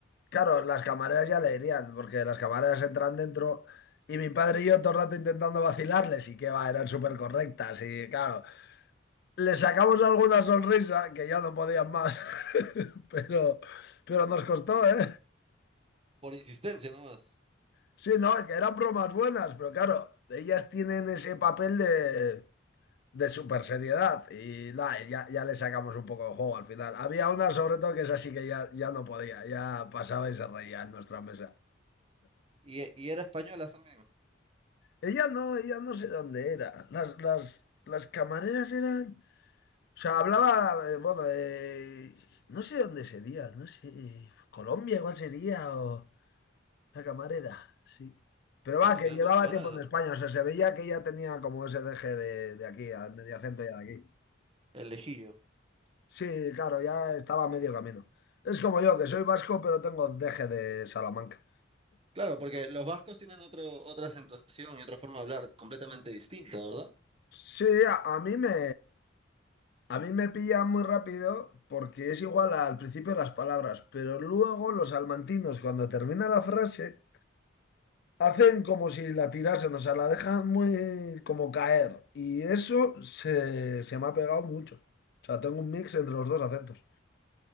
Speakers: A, on the left; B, on the right.
A: claro, las camareras ya le irían, porque las camareras entran dentro y mi padre y yo todo el rato intentando vacilarles y que va, eran súper correctas y claro, les sacamos alguna sonrisa que ya no podían más, <laughs> pero, pero nos costó, ¿eh?
B: Por insistencia nomás.
A: Sí, no, que eran bromas buenas, pero claro, ellas tienen ese papel de, de super seriedad y nada, ya, ya le sacamos un poco de juego al final. Había una sobre todo que es así que ya, ya no podía, ya pasaba y se reía en nuestra mesa.
B: Y, y era española también.
A: Ella no, ella no sé dónde era. Las, las, las camareras eran... O sea, hablaba, eh, bueno, eh, no sé dónde sería, no sé, Colombia igual sería o... La camarera, sí. Pero
B: Bueno,
A: va, que
B: si eran
A: llevaba
B: colombianas,
A: tiempo en España, o sea, se veía que ya tenía como ese deje de, de aquí, al medio acento ya de aquí.
B: el lejillo.
A: Sí, claro, ya estaba a medio camino. Es como yo, que soy vasco, pero tengo deje de Salamanca.
B: Claro, porque los vascos tienen otro, otra acentuación y otra forma de hablar completamente distinta, ¿verdad?
A: Sí, a, a mí me, a mí me pilla muy rápido porque es igual al principio las palabras, pero luego los salmantinos, cuando termina la frase, Hacen como si la tirasen, o sea, la dejan muy como caer. Y eso se, se me ha pegado mucho. O sea, tengo un mix entre los dos acentos.